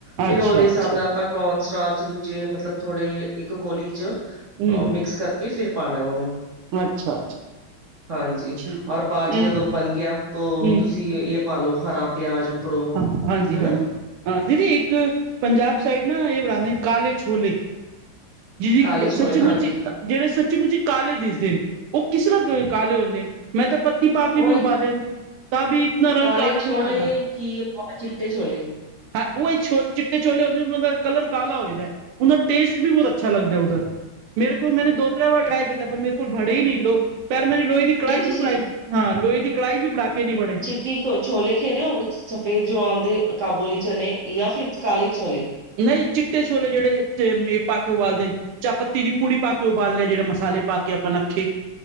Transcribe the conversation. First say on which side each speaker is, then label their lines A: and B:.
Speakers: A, on the right; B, on the right.
A: ਫਿਰ
B: ਅੱਛਾ
A: ਉਹਦੇ ਹਿਸਾਬ
B: ਅੱਛਾ
A: ਨਾਲ ਆਪਾਂ ਕੋਨ ਸਟਾਰ ਚ' ਦੂਜੇ ਮਤਲਬ ਥੋੜੇ ਇੱਕ ਕੋਲੀ ਚ'
B: ਹਮ
A: ਮਿਕਸ ਕਰਕੇ ਕੀ ਫਿਰ ਪਾਉਣਾ ਉਹਨੂੰ।
B: ਅੱਛਾ।
A: ਹਾਂਜੀ,
B: ਠੀਕ
A: ਔਰ ਬਾਅਦ ਚ'
B: ਹੈ
A: ਜਦੋਂ ਬਣ ਗਿਆ ਤ
B: ਹਮ
A: ਤੁਸੀਂ ਇਹ ਪਾਲਓ ਹਰਾ ਪਿਆਜ ਉੱਪਰੋਂ
B: ਹਮ ਹਾਂਜੀ
A: ਹਨਾ।
B: ਹਾਂਜੀ ਹਾਂ, ਦੀਦੀ, ਇੱਕ ਪੰਜਾਬ ਸਾਈਡ ਨਾ ਇਹ ਬਣਾਉਂਦੇ ਨੇ ਕਾਲੇ ਛੋਲੇ। ਜਿਹ
A: ਕਾਲੇ ਛੋਲੇ
B: ਸੱਚੀ
A: ਹਾਂਜੀ
B: -ਮੁੁੱਚੀ, ਜਿਹੜੇ ਸੱਚੀ -ਮੁੁੱਚੀ ਕਾਲੇ ਦਿਸਦੇ। ਉਹ ਕਿਸ ਤਰ੍ਹਾਂ ਕਾਲੇ ਹੁੰਦੇ। ਮੈਂ ਤਾਂ ਪੱਤੀ ਪਾ
A: ਉਹ
B: ਕੇ ਵੀ
A: ਇੱਕ
B: ਉਬਾਲੇ। ਤਾਂਭ ਇਤਨਾ ਰੰਗ
A: ਕਾਲੇ
B: ਕਾਲਾ
A: ਛੋਲੇ
B: ਨਹੀਂ ਆਂਦਾ।
A: ਕੀ ਉਹ ਚਿੱਟੇ ਛੋਲੇ।
B: ਹੈ ਉਹੀ ਛੋ ਚਿੱਟੇ ਛੋਲੇ ਹੁੰਦੇ ਉਹ ਦਾ ਕਰਲ ਕਾਲਾ ਹੋਏਦਾ ਹੈ। ਉਹਦਾ ਟੇਸਟ ਵੀ ਬਹੁਤ ਅੱਛਾ ਲਗਦਾ। ਉਧਰ ਮੇਰੇਲ ਮਨੇ ਦੋ- ਤਿੰਨ ਵਾਰ ਟਰਾਾਈ ਕੀਤਾ ਪਰ ਮੇਰੇ ਕੋਲ ਬੜੇ ਹੀ ਨਹੀਂ। ਲੋ ਪਰ ਮੈੂੰ ਲੋਹੇ ਦੀ
A: ਨਹੀਂ
B: ਕੜਾਈ ਚ'
A: ਤੁਸੀਂ
B: ਵੀ ਬਣਾਈ। ਹਾਂ, ਲੋਹੇ ਦੀ ਕੜਾਈਸ਼ ਵੀ ਬਣਾ ਕੇ ਨੀ ਬਣੇ।
A: ਕ ਛੋਲੇ ਖੇਰੇਿ ਹੋ ਸਫੇਦ ਚਨੇ ਦੇ ਕਾਬੋਲੀ ਚਨੇ ਜਾਂ ਫਿਰ ਕਾਲੇ ਛੋਲੇ।
B: ਨਹੀਂ ਚਿੱਟੇ ਛੋਲੇ ਜਿਹੜੇ ਮੇ ਪਾ ਕੇ ਉਬਾਲਦੇ ਨੇ। ਚਾਹ ਪੱਤੀ ਦੀ ਪੂੜੀ ਪਾ ਕੇ ਉਬਾਲਦੇ ਹਾ। ਜਿਹੜੇ ਮਸਾਲੇ ਪਾ ਕੇ ਆਪਾਂ ਨੱਖੇ